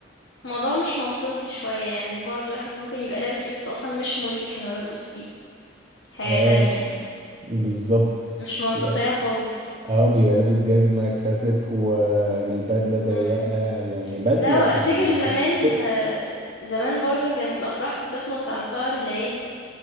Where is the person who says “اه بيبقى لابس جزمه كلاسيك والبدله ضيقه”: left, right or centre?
Right